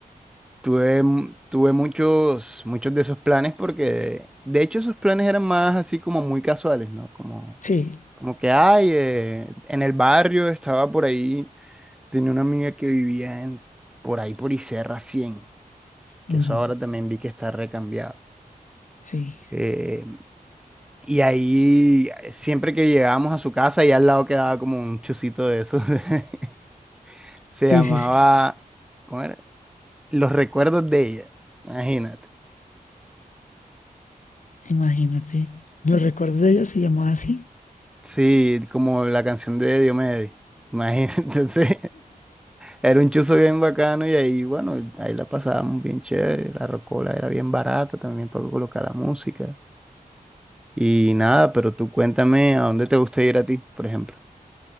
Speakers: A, in the centre; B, on the left.
A: Tuve, mu- tuve muchos, muchos de esos planes porque, de hecho, esos planes eran más así como muy casuales, ¿no? Como,
B: Sí.
A: como que, ay, eh, en el barrio estaba por ahí, tenía una amiga que vivía en, por ahí por Iserra 100 que
B: Ujú.
A: eso ahora también vi que está recambiado.
B: Sí.
A: Eh, y ahí, eh, siempre que llegábamos a su casa, y al lado quedaba como un chocito de esos, <laughs> se
B: Sí,
A: llamaba,
B: sí, sí.
A: ¿cómo era? Los recuerdos de ella, imagínate.
B: Imagínate. Los recuerdos de ella se llamaba así.
A: Sí, como la canción de Diomedes. Imagínate, <laughs> entonces era un chuzo bien bacano y ahí, bueno, ahí la pasábamos bien chévere. La rocola era bien barata también para colocar la música. Y nada, pero tú cuéntame a dónde te gusta ir a ti, por ejemplo.